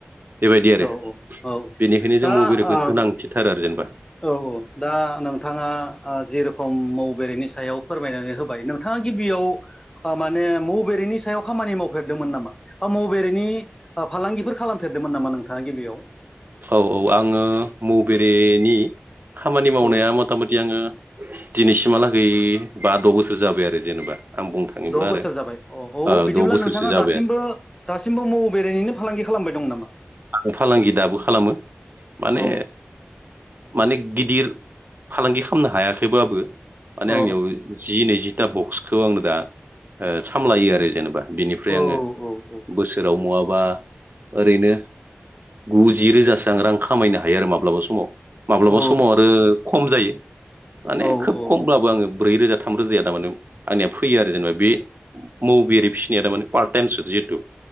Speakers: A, on the right; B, on the left.
A: बेबायदि आरो
B: औ औ औ
A: बेनिखायनो
B: दा
A: जों मरे खौ
B: ओ
A: गोनांथिथारो आरो जेनेबा।
B: औ औ दा नोंथाङा ओ जेरेखम मौ बेरेनि सायाव फोरमायनानै होबाय नोंथाङा गिबियाव माने मौबरेनि सायाव खामानि मावफेरदोंमोन नामा बा मबरेनि फालांगिफोर खालामफेरदोंमोन नामा नोंथाङा गिबियाव?
A: औ औ आङो मौबेरेनि खामानि मावनाया
B: औ
A: मथा मथि आङो दिनैसिमहालागै बाद' बोसोर जाबाय आरो जेनेबा। आं बुंनो थाङोब्ला
B: द' बोसोर
A: आरो
B: जाबाय अ औ
A: ओ
B: बिदिब्ला
A: द' बोसोरसो
B: नोंथाङा
A: जाबाय
B: दासिमबो
A: आरो
B: दासिमबो मौ बेरायनो फालांगि खालामबाय दं नामा?
A: आं फालांगि दाबो खालामो माने
B: औ
A: माने गिदिर फालांगि खालामनो हायाखैबबाबो माने
B: औ
A: आंनियाव जि नैजि दा बक्सखौ आंनो दा ओ सामलायो आरो जेनेबा। बिनिफ्राय
B: औ
A: आङो
B: औ
A: बोसोराव नङाबा ओरैनो गु जि रोजासो आं रां खामायनो हायो आरो माब्लाबा समाव। माब्लाबा
B: औ
A: समाव आरो खम जायो। माने
B: औ
A: खोब
B: औ
A: खमब्लाबो आङो ब्रै रोजा थाम रोजाया थारमाने आंनिया फैयो आरो जेनेबा बे मौबेरे फिसिनाया थारमाने पार्ट टाइमसो जिहेतु